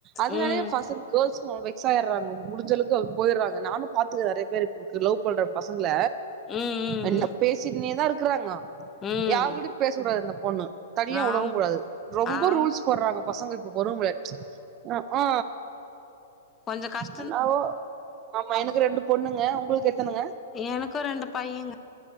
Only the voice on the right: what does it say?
அதனாலயே
பசங்க கேல்ஸ்ம் வெக்ஸ் ஆயடுறாங்க முடிஞ்ச அளவுக்கு போயறாங்க நானும் பாத்துக்கே நறைய பேர் இப்படி லவ் பண்ற பசங்கள
என்ன பேசிகின்னேதான் இருக்கறாங்க
யார்கிட்டயும்
பேச ப அந்த பொண்ணு தனியா
உடவும் கூடாது ரொம்ப
ரூல்ஸ் போடுறாங்க பசங்க போ பொறுங் முடியாது ஆ ஆ
என்னாவோ ஆமா எனக்கு ரெண்டு பொண்ணுங்க உங்களுக்கு எத்தனங்க